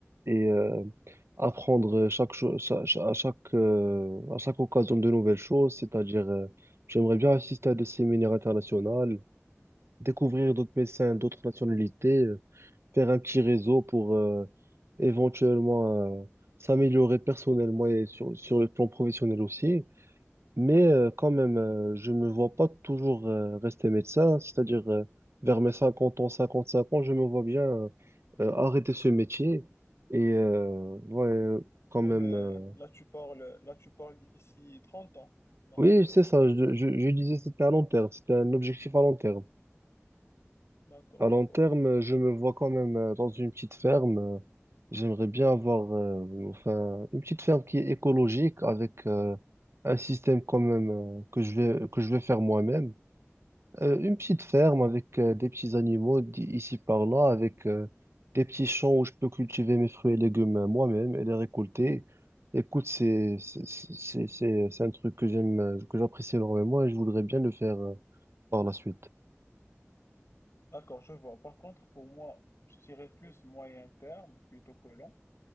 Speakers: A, on the right; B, on the left.
A: et euh, apprendre chaque, cho- cha- cha- à chaque, euh, à chaque occasion de nouvelles choses, c'est-à-dire euh, j'aimerais bien assister à des séminaires internationaux, découvrir d'autres médecins, d'autres nationalités. euh, faire un petit réseau pour euh, éventuellement euh, s'améliorer personnellement et sur, sur le plan professionnel aussi. Mais euh, quand même, euh, je me vois pas toujours euh, rester médecin, c'est-à-dire euh, vers mes 50 ans, 55 ans, je me vois bien euh, euh, arrêter ce métier. Et euh, ouais, euh, quand
B: Ouais,
A: même,
B: mais
A: euh,
B: là, tu parles, là, tu parles d'ici 30 ans. Donc,
A: oui,
B: euh,
A: c'est ça, je, je, je disais c'était à long terme, c'était un objectif à long terme.
B: d'accord,
A: À
B: je
A: long
B: vois.
A: terme, euh, je me vois quand même euh, dans une petite ferme. euh, J'aimerais bien avoir euh, enfin, une petite ferme qui est écologique avec euh, un système quand même euh, que je vais, que je vais faire moi-même. Euh, une petite ferme avec euh, des petits animaux d- ici par là, avec euh, des petits champs où je peux cultiver mes fruits et légumes euh, moi-même et les récolter. Écoute, c'est, c'est, c'est, c'est c'est un truc que j'aime, euh, que j'apprécie énormément et je voudrais bien le faire euh, par la suite.
B: D'accord, je vois. Par contre, pour moi, je dirais plus moyen terme plutôt que long.